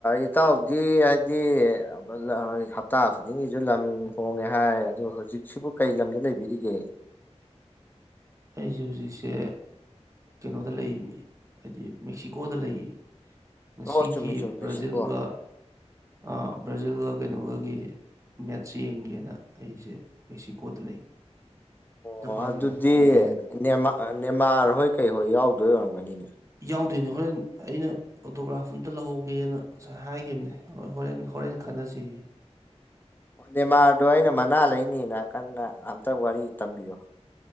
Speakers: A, on the left; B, on the right.
A: ꯏꯇꯥꯎꯗꯤ ꯍꯥꯏꯗꯤ ꯕꯖꯥꯔ ꯍꯞꯇꯥ ꯈꯨꯗꯤꯡꯒꯤꯁꯨ ꯂꯝ ꯍꯣꯡꯉꯦ ꯍꯥꯏ ꯑꯗꯨ ꯍꯧꯖꯤꯛꯁꯤꯕꯨ ꯀꯩ ꯂꯝꯗ ꯂꯩꯕꯤꯔꯤꯒꯦ
B: ꯑꯩꯁꯨ ꯍꯧꯖꯤꯛꯁꯦ ꯀꯩꯅꯣꯗ ꯂꯩꯃꯤ ꯍꯥꯏꯗꯤ ꯃꯦꯛꯁꯤꯀꯣꯗ ꯂꯩꯌ‌ꯦ ꯉꯁꯤꯒꯤ
A: ꯑꯣ ꯆꯨꯝꯃꯦ ꯆꯨꯝꯃꯦ
B: ꯕ꯭ꯔꯥꯖꯤꯜꯒ
A: ꯃꯦꯛꯁꯤꯀꯣ
B: ꯑꯥ ꯕ꯭ꯔꯥꯖꯤꯜꯒ ꯀꯩꯅꯣꯒꯒꯤ ꯃꯦꯠꯁ ꯌꯦꯡꯒꯦꯅ ꯑꯩꯁꯦ ꯃꯦꯛꯁꯤꯀꯣꯗ ꯂꯩ ꯖꯄꯥꯟꯒ
A: ꯑꯣ ꯑꯗꯨꯗꯤ
B: ꯌꯦꯡꯒꯦꯅ
A: ꯅ‌ꯦꯃꯥꯔ ꯅꯦꯃꯥꯔ ꯍꯣꯏ ꯀꯩꯍꯣꯏ ꯌꯥꯎꯗꯣꯏ ꯑꯣꯏꯔꯝꯒꯅꯤꯅꯦ
B: ꯌꯥꯎꯗꯣꯏꯅꯦ ꯍꯣꯔꯦꯟ ꯑꯩꯅ ꯑꯣꯇꯣꯒ꯭ꯔꯥꯐ ꯑꯝꯇꯥ ꯂꯧꯍꯧꯒꯦꯅ ꯉꯁꯥꯏ ꯍꯥꯏꯒꯤꯈꯤꯕꯅꯦ <unintelligible> ꯍꯣꯔ‌ꯦꯟ ꯍꯣꯔꯦꯟ ꯍꯣꯔꯦꯟ ꯈꯟꯅꯖ‌ꯌꯦ
A: <inaudible> ꯅꯦꯃꯥꯔꯗꯣ ꯑꯩꯅ ꯃꯅꯥ ꯂꯩꯅꯤꯅ ꯀꯟꯅ ꯑꯝꯇ ꯋꯥꯔꯤ ꯇꯝꯕꯤꯌꯣ